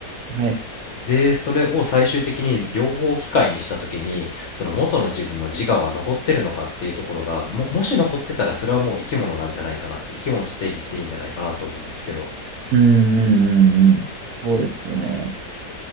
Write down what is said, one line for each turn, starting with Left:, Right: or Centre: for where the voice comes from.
Right: はい。
Left: で、それを最終的に両方機械にした時に、その元の自分の自我は残ってるのかっていうところが、も、もし残ってたらそれはもう生き物なんじゃないかなって、生き物と定義していいんじゃないかなと思うんですけど。
Right: うんうんうんうん。
Left: うん。
Right: そうですよね。